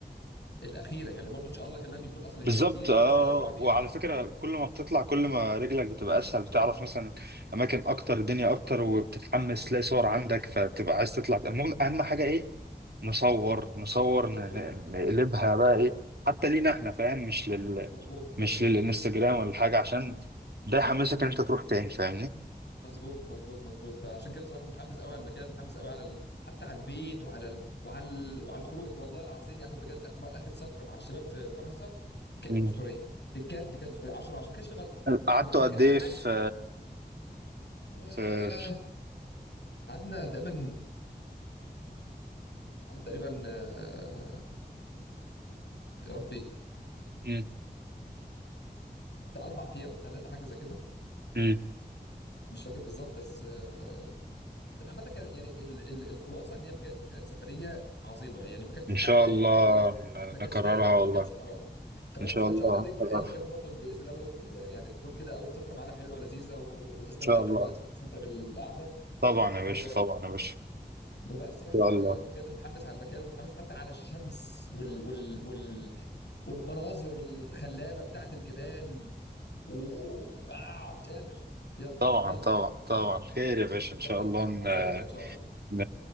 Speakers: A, on the left; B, on the right.
A: الاخيره يعني برضه ان شاء الله كمان يكون اصلا غيرها
B: بالظبط
A: كتير
B: اه
A: باذن الله رب العالمين
B: وعلى فكرة كل ما بتطلع كل ما رجلك بتبقى اسهل بتعرف مثلا اماكن اكتر الدنيا اكتر وبتتحمس تلاقي صور عندك فتبقى عايز تطلع المهم اهم حاجة ايه نصور نصور
A: مظبوط
B: ن- ن- نقلبها بقى ايه حتى لينا احنا فاهم مش لل
A: مظبوط مظبوط
B: مش للانستجرام ولا حاجه عشان ده يحمسك ان انت تروح تاني فاهمني
A: مظبوط مظبوط مظبوط فعشان كده بصراحه متحمس قوي على المكان متحمس قوي على ال... حتى على البيت وعلى ال... وعلى ال... وعلى الخروج والله العظيم يا احمد بجد اخر مر- اخر سفره مع الشباب في فرنسا كانت
B: مم.
A: اسطوريه بجد كانت اسطوريه 10 من 10 ما كانش في غلطه
B: قعدتوا
A: ما ما
B: قد
A: كانش
B: ايه
A: في حد
B: في
A: آه،
B: في في-
A: قعدنا تقريبا قعدنا تقريبا آه، يا ربي
B: مم.
A: بتاع اربع ايام ثلاثه حاجه زي كده
B: مم.
A: مش فاكر بالظبط بس آه، بس عامة كان يعني ال- ال- الخلاصة ان هي بجد كانت سفرية عظيمة يعني ما كانش
B: ان
A: في
B: شاء
A: حد ضايق
B: الله
A: التاني
B: ن-
A: ما كانش
B: نكررها
A: فيه ما
B: والله
A: كانش اه فبس
B: ان شاء
A: فان
B: الله
A: شاء الله دي
B: هنكررها
A: انت كمان برضو باذن الله برضو ت- يعني تكون كده اول سفرة معانا حلوة ولذيذة وت- وتستمتع
B: ان شاء
A: بالوقت
B: الله
A: وتستمتع بالقعدة
B: طبعا يا باشا
A: و...
B: طبعا يا باشا
A: وبس يعني
B: ان شاء
A: فبجد
B: الله
A: متحمس على المكان ومتحمس حتى على الشمس وال... وال... وال... والمناظر الخلابة بتاعت الجبال و... آه مش قادر يلا
B: طبعا
A: يلا
B: طبعا طبعا خير يا باشا ان شاء
A: هنظبطها
B: الله ن...
A: هنظبطها ان شاء الله
B: ن...